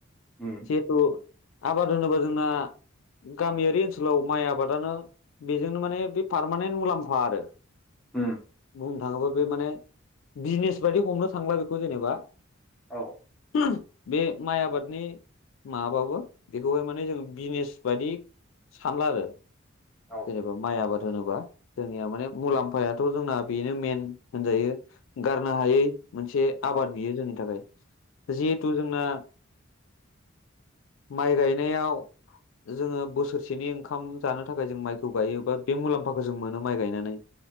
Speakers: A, in the centre; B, on the left (about 70°).
A: उम
B: जिहेथु आबाद होनोबा जोंना गामियारि ओनसोलाव माइ आबादानो बेजोंनो माने बे पारमानेन्ट मुलाम्फा आरो।
A: ह
B: बुंनो थाओबा बे माने बिजनेस बायदि हमनो थांङोब्ला बेखौ जेनेबा
A: औ
B: हो बे माइ आबादनि माबाबो बेखौहाय मानि जों बिजनिस बादि सानला आरो
A: औ
B: जेनेबा माइ आबाद होनोबा जोंनिया माने मुलाम्फाया <inaudible> दाथ' जोंना बेनो मेन होनजायो गारनो
A: औ
B: हायै मोनसे आबाद
A: औ
B: बियो जोंनि थाखाय जिहिथु जोंना माइ गायनाआव जोङो बोसोरसेनि ओंखाम जानो थाखाय जों माइखौ गायो बा बे मुलाम्फाखौ जों मोनो माइ गायनानै